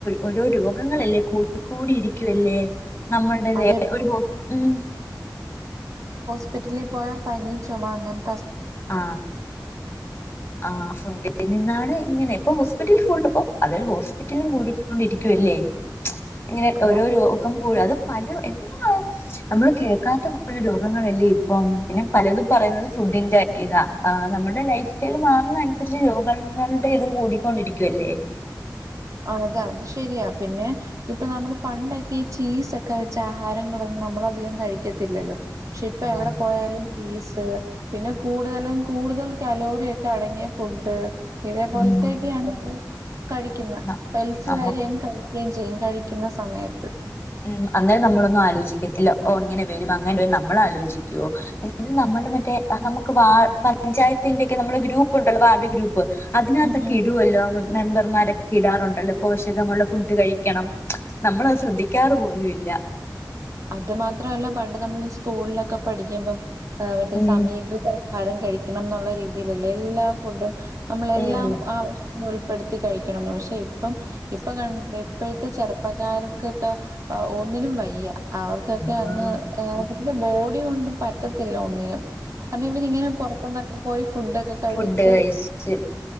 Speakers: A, on the left; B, on the right.
A: ഓരോ രോഗങ്ങളല്ലേ കൂ കൂടി ഇരി ക്കുവല്ലേ നമ്മള്ടെത്
B: അതെപ്പം
A: ഒരു ഉം.
B: ഹോസ്പിറ്റലി പോയാ പനി ചുമ അങ്ങനെ
A: ആ ആ ഫുഡിനിന്നാണ് ഇങ്ങനെ ഇപ്പൊ ഹോസ്പിറ്റലി ഇപ്പോ അതരു ഹോസ്പിറ്റലും കൂടിക്കൊണ്ടിരിക്കുവല്ലേ ഇങ്ങനെ
B: അതെ
A: ഓരോ രോഗം കൂടഅതും പല എന്വാ നമ്മള് കേക്കാത്ത രോഗങ്ങളല്ലേ ഇപ്പം. പിന്നെ പലതും പറയുന്നത് ഫുഡിന്റെ ഇതാ ആ നമ്മുടെ ലൈഫ് സ്റ്റൈൽ മാറുന്ന അനുസരിച്ച് രോഗങ്ങളുടെ ഇതും കൂടിക്കൊണ്ടിരിക്കുവല്ലേ.
B: അ <unintelligible> അതെ അത് ശരിയാ പിന്നെ ഇപ്പൊ നമ്മള് പണ്ടൊക്കെ ഈ ചീസ് ഒക്കെ വെച്ച ആഹാരങ്ങളന്നും നമ്മള് ധികം കഴിക്കത്തില്ലല്ലോ ക്ഷെ ഇപ്പ
A: ആഹ്
B: എവിടെ പോയാലും ചീസ് പിന്നെ കൂടുതലും കൂടുതൽ കലോറി ഒക്കെ അടങ്ങിയ ഫുഡ് ഇതേ പോലെത്തേക്കാണ്
A: ഉം
B: കഴിക്കുന്ന.
A: ന
B: വലിച്ച്
A: നമുക്ക്
B: വാരിയങ് ക യും ചെയ്യും കഴിക്കുന്ന സമയത്ത്
A: ഉം അന്നേരം നമ്മളൊന്നും ആലോചിക്കത്തില്ല ഓ ഇങ്ങനെ വരും അങ്ങനെ നമ്മൾ ആലോചിക്കുവോ മറ്റേ നമുക്ക് വാ പഞ്ചായത്തിന്റെക്കെ നമ്മുടെ ഗ്രൂപ്പുണ്ടല്ലോ വാർഡ് ഗ്രൂപ്പ് അതിനകത്തൊക്കെ
B: ഉം
A: ഇടുവല്ലോ മെമ്പർമാരൊ ഇടാറുണ്ടല്ലോ പോഷകമുള്ള ഫുഡ് കഴിക്കണം നമ്മളത് ശ്രദ്ധിക്കാറ് പോലും ഇല്ല.
B: അത് മാത്രല്ല പണ്ട് നമ്മള് സ്കൂളിലൊക്കെ പഠിക്കുമ്പം മറ്റേ
A: ഉം
B: സമീകൃത ആഹാരം കഴിക്കണംന്നുള്ള രീതിയിലല്ലേ എല്ലാ ഫുഡും നമ്മളെല്ലാം
A: ഉം
B: ആവ ഉൾപ്പെടുത്തി കഴിക്കണം പക്ഷെ ഇപ്പം ഇപ്പൊ ക ഇപ്പോഴത്തെ ചെറുപ്പക്കാർക്കൊക്കെ ആ ഒന്നിനും വയ്യ. അവർക്കൊക്കെ
A: ആ
B: അങ്ങ് അവരുടെ ബോഡി കൊണ്ടും പറ്റത്തില്ല ഒന്നിനും. കാരണം ഇവരിങ്ങനെ പുറത്തുന്നൊക്കെ പോയി ഫുഡൊക്കെ കഴിച്ച്
A: ഫുഡ് കഴിച്ച്